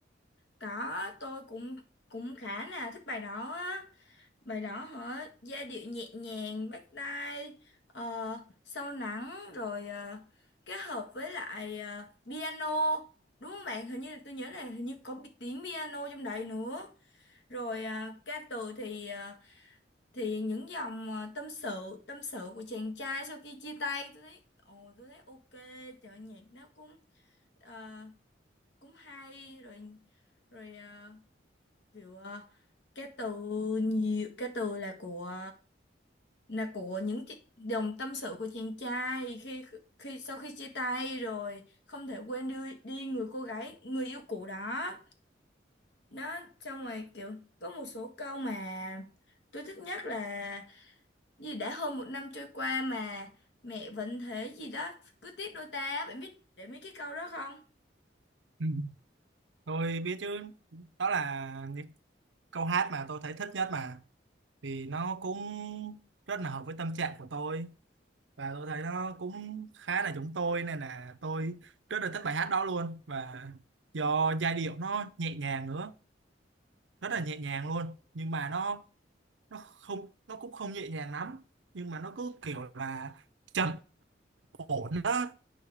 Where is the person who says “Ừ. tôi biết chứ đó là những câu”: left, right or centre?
Right